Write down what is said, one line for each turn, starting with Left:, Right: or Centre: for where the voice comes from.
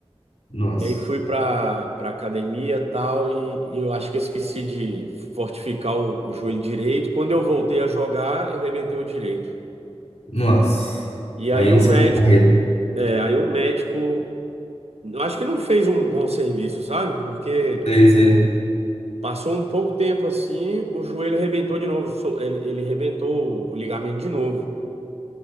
Left: Nossa.
Right: E aí fui para para academia tal e, e eu acho que eu esqueci de fortificar o, o joelho direito. Quando eu voltei a jogar, eu arrebentei o direito.
Left: Nossa.
Right: E aí
Left: Aí encerrou
Right: o médico,
Left: a carreira.
Right: é, aí o médico, eu acho que não fez um bom serviço, sabe? Porque
Left: Sei, sei,
Right: passou um pouco tempo assim, o joelho arrebentou de novo, so- ele ele arrebentou o ligamento de novo.